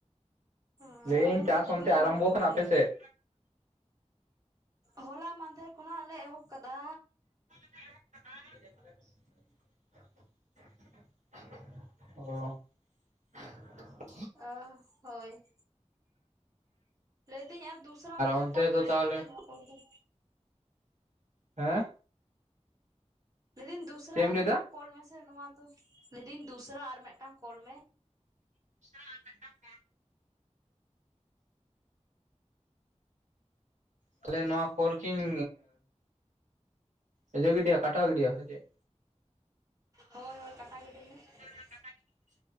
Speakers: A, on the right; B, on the right.
A: ᱦᱚᱸᱻ
B: ᱞᱟᱹᱭᱮᱜ-ᱟᱹᱧ
A: ᱟᱞᱮ ᱢᱚᱛᱮ
B: ᱪᱟᱥ
A: ᱫᱚᱢᱮ
B: ᱚᱱᱛᱮ ᱟᱨᱟᱢᱵᱚ
A: ᱱᱮᱴ ᱯᱨᱚᱵᱮᱞᱮᱢ᱾
B: ᱠᱟᱱᱟ ᱟᱯᱮ ᱥᱮᱫ?
A: ᱦᱚᱞᱟ ᱢᱟᱦᱫᱷᱮᱨ ᱠᱷᱚᱱᱟᱜ ᱞᱮ ᱮᱦᱚᱵ ᱠᱟᱫᱟ᱾
B: ᱱᱟᱭᱟᱥ ᱫᱚ ᱵᱟᱝ, ᱴᱷᱤᱠ ᱜᱮᱭᱟ ᱛᱟᱦᱚᱞᱮ ᱾ ᱚ
A: ᱚ ᱦᱳᱭ᱾ ᱞᱟᱹᱭᱫᱟᱹᱧ ᱟᱨ ᱫᱩᱥᱨᱟ ᱢᱤᱫ ᱫᱷᱟᱣ
B: ᱚᱱᱛᱮ
A: ᱠᱚᱞ
B: ᱫᱚ
A: ᱢᱮᱥᱮ
B: ᱛᱟᱦᱚᱞᱮ
A: ᱱᱚᱣᱟ ᱠᱚᱞ ᱫᱚ
B: ᱦᱮᱸ?
A: ᱞᱟᱹᱭ ᱫᱟᱧ ᱫᱩᱥᱨᱟ
B: ᱪᱮᱫ ᱮᱢ
A: ᱟᱨ
B: ᱞᱟᱹᱭᱫᱟ?
A: ᱢᱤᱫᱴᱟᱝ ᱠᱚᱞ ᱢᱮᱥᱮ ᱱᱚᱣᱟ ᱫᱚ ᱞᱟᱹᱭᱫᱟᱧ ᱫᱩᱥᱨᱟ ᱟᱨ ᱢᱤᱫᱴᱟᱝ ᱠᱚᱞ ᱢᱮ ᱾
B: <inaudible> ᱛᱟᱦᱚᱞᱮ ᱱᱚᱣᱟ ᱠᱚᱞ ᱠᱤᱧ ᱤᱭᱟᱹ ᱜᱤᱰᱤᱭᱟ ᱠᱟᱴᱟᱣ ᱜᱤᱰᱤᱭᱟ ᱥᱮ ᱪᱮᱫ?
A: ᱦᱳᱭ ᱦᱳᱭ ᱠᱟᱴᱟ ᱜᱤᱰᱤ ᱢᱮ
B: <inaudible>
A: ᱾